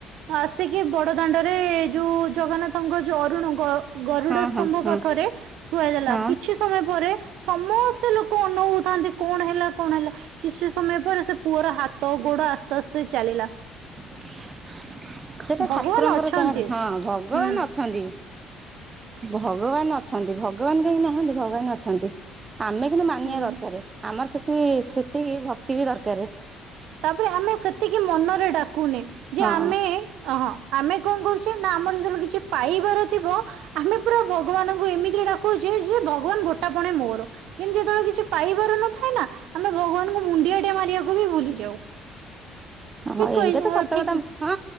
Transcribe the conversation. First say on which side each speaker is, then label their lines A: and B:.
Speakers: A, on the right; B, on the right.
A: ଆସିକି ବଡ ଦାଣ୍ଡରେ ଯୋଉ ଜଗନ୍ନାଥଙ୍କ ଯୋଉ ଅରୁଣ ଗ ଗରୁଡ
B: ହଁ
A: ସ୍ତମ୍ଭ
B: ହଁ ହଁ
A: ପାଖରେ ଶୁଆଇ ଦେଲା
B: ହଁ
A: କିଛି ସମୟ ପରେ ସମସ୍ତେ ଲୋକ ଅନଉଥାନ୍ତି କଣ ହେଲା କଣ ହେଲା କିଛି ସମୟ ପରେ ସେ ପୁଅର ହାତ ଗୋଡ ଆସ୍ତେ ଆସ୍ତେ ଚାଲିଲା।
B: <inaudible> ସେଟା ଠାକୁରଙ୍କର
A: ଭଗବାନ ଅଛନ୍ତି।
B: ହଁ ଭଗବାନ
A: ହୁଁ
B: ଅଛନ୍ତି ଭଗବାନ ଅ ଛନ୍ତି ଭଗବାନ କାହିଁ ନାହାନ୍ତି ଭଗବାନ ଅଛନ୍ତି। ଆମେ କିନ୍ତୁ ମାନିବା
A: ହୁଁ।
B: ଦରକାର ଆମର ସେତି ସେତିକି ଭକ୍ତି ବି ଦରକାର।
A: ତାପରେ ଆମେ ସେତିକି ମନରେ ଡାକୁନେ, ଯେ
B: ହଁ
A: ଆମେ ଅହଁ ଆମେ କଣ କରୁଛେ ନା ଆମର ଯେତେବେଳେ କିଛି ପାଇବାର ଥିବ ଆମେ ପୁରା ଭଗବାନଙ୍କୁ ଏମିତି ଡାକୁଛେ ଯେ ଭଗବାନ ଗୋଟା ପଣେ ମୋର। କିନ୍ତୁ ଯେତେବେଳେ କିଛି ପାଇବାର ନଥାଏ ନା ଆମେ ଭଗବାନଙ୍କୁ ମୁଣ୍ଡିଆ ଟିଏ ମାରିବାକୁ ବି ଭୁଲି ଯାଉ।
B: <inaudible> ଓ
A: ଠିକ
B: ଏଇଟା
A: କହି
B: ତ ସତ
A: ଠିକ
B: କଥା ହଁ